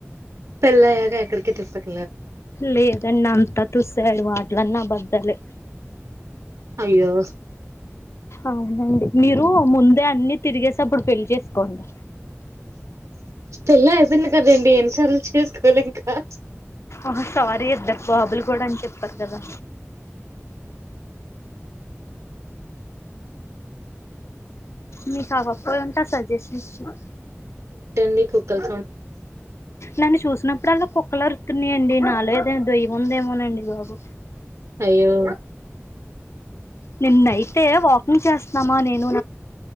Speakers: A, on the right; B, on the left.
A: పెళ్ళయాక ఎక్కడికి తిప్పడు
B: లేదండి అంతా తుస్సు వాళ్ళ మాటలన్నీ అబద్దాలే
A: అయ్యో
B: అవునండి మీరు ముందే అన్ని తిరిగేసి అప్పుడు పెళ్లి చేసుకోండి
A: పెళ్లి అయిపోయింది కదండి ఎన్నిసార్లు చేసుకోవాలి ఇంకా
B: ఆ సారీ ఇద్దరు బాబులు కూడా అని చెప్పారు కదా మీకు ఆ గొప్ప ఉంట సజెషన్ ఇస్తున్న
A: నీ కుకల్
B: నన్ను చూసినప్పుడు అల్ల కుక్కలు అరుతున్నాయండి నాలో ఏదనా దయ్యం ఉందేమోనండి అయ్యో
A: అయ్యో
B: నిన్న అయితే వాకింగ్ చేస్తున్నామా నేను